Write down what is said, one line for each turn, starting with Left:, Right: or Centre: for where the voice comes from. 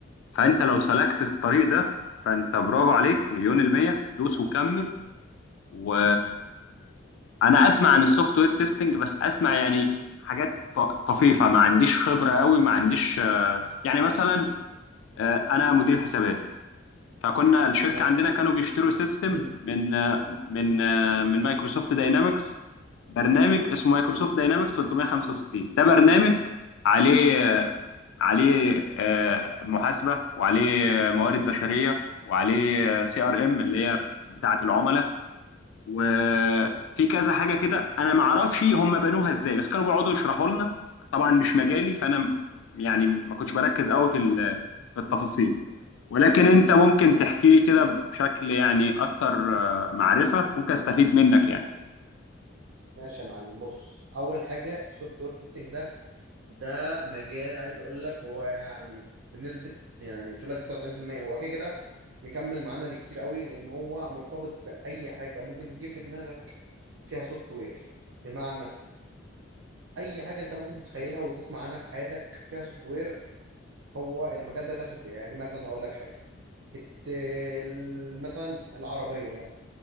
Left: فانت لو سلكت الطريق ده فانت برافو عليك مليون المية دوس وكمل و انا اسمع عن السوفت وير تيستنج بس اسمع يعني حاجات ط- طفيفة ما عنديش خبرة قوي ما عنديش آه، يعني مثلا آه، انا مدير حسابات فكنا الشركة
Right: تمام
Left: عندنا كانوا بيشتروا سيستم
Right: <clears throat>
Left: من من من مايكروسوفت داينامكس برنامج اسمه مايكروسوفت داينامكس 365 ده برنامج عليه عليه آه، محاسبة وعليه موارد بشرية وعليه سي ار ام اللي هي بتاعة العملاء وفي كذا حاجة كده انا ما اعرفش هم بنوها ازاي بس كانوا بيقعدوا يشرحوا لنا طبعا مش مجالي فانا يعني ما كنتش بركز قوي في ال- في التفاصيل ولكن انت ممكن تحكي لي كده بشكل يعني اكتر آه، معرفة ممكن استفيد منك يعني
Right: ماشي يا معلم بص اول حاجه السوفت وير تيستنج ده ده مجال عايز اقول لك هو يعني بنسبه يعني مش هقول لك 99% هو كده كده مكمل معانا لكتير قوي لان هو مرتبط باي حاجه ممكن تيجي في دماغك فيها سوفت وير بمعنى اي حاجه انت ممكن تتخيلها وتسمع عنها في حياتك فيها سوفت وير هو المجال ده داخل فيها يعني مثلا اقول لك حاجه الت... ال- مثلا العربية مثلا